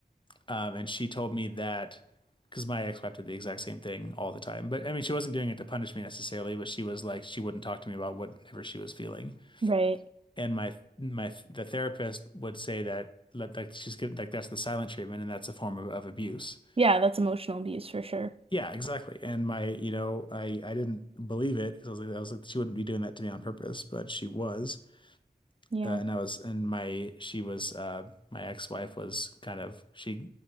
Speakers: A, on the left (about 30°); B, on the right (about 35°).
A: um, and she told me that because my ex wife did the exact same thing all the time. But I mean, she wasn't doing it to punish me necessarily, but she was like she wouldn't talk to me about whatever she was feeling.
B: right.
A: And my my the therapist would say that like she's given like that's the silent treatment and that's a form of, of abuse.
B: Yeah, that's emotional abuse for sure.
A: Yeah, exactly. And my, you know, I I didn't believe it because I was like, I was like, she wouldn't be doing that to me on purpose, but she was.
B: Yeah,
A: Uh, and I was, and my, she was, uh, my ex-wife was kind of, she,